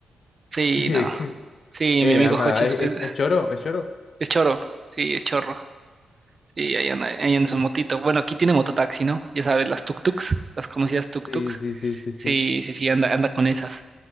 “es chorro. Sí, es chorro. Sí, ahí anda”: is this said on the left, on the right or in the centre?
Right